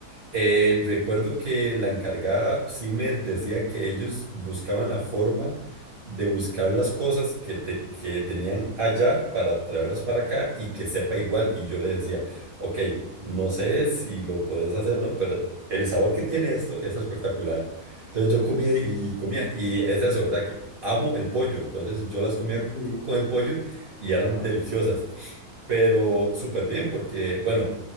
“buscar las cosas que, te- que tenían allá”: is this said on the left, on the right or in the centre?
Right